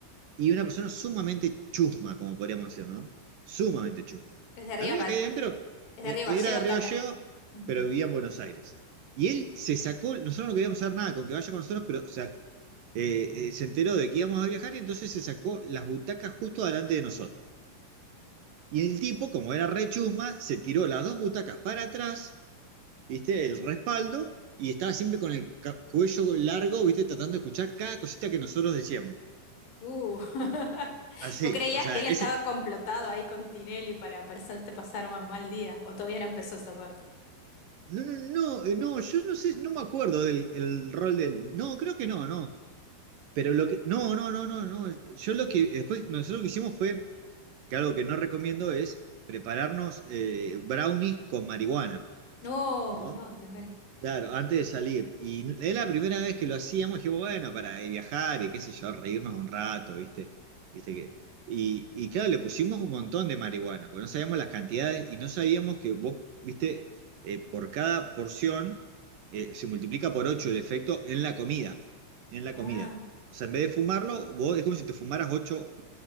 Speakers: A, on the right; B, on the left.
A: Y una persona sumamente chusma, como podríamos decir, ¿no? Sumamente chusma.
B: Es de Ríos,
A: A mí me
B: Ga-
A: caía bien, pero
B: es
A: eh,
B: de Río
A: era
B: Gallegos
A: de Río
B: también.
A: Gallegos,
B: Ujú.
A: pero vivía en Buenos Aires. Y él se sacó, nosotros no queríamos hacer nada con que vaya con nosotros, pero o sea, eh, eh, se enteró de que íbamos a viajar y entonces se sacó las butacas justo delante de nosotros. Y el tipo, como era rechusma, se tiró las dos butacas para atrás, ¿viste? El respaldo, y estaba siempre con el ca- cuello largo, ¿viste? Tratando de escuchar cada cosita que nosotros decíamos.
B: Uh. <laughs>
A: Así,
B: ¿Vos creías
A: o sea,
B: que él estaba
A: ese...
B: complotado ahí con Tinelli para para hacerte pasar un mal día? ¿O todavía no empezó esa parte?
A: No, no, no, eh, no, yo no sé, no me acuerdo del el rol del... No, creo que no, no. Pero lo que... No, no, no, no, no. Yo lo que... Después, nosotros lo que hicimos fue, que algo que no recomiendo es prepararnos eh, brownies con marihuana,
B: No,
A: ¿no?
B: no, tremendo.
A: Claro, antes de salir. Y es la primera vez que lo hacíamos, dije, bueno, para viajar y qué sé yo, reírnos un rato, ¿viste? ¿Viste que? Y, y claro, le pusimos un montón de marihuana, porque no sabíamos las cantidades y no sabíamos que vos, ¿viste? Eh, por cada porción eh, se multiplica por 8 el efecto en la comida, en la
B: Ah,
A: comida. O sea, en vez de fumarlo, vos es como si te fumaras 8,